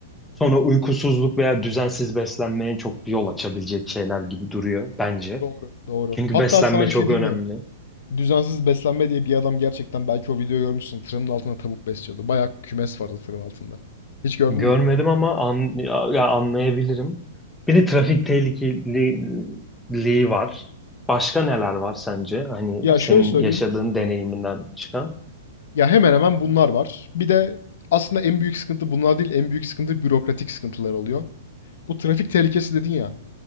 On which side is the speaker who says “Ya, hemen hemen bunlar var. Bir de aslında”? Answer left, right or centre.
Left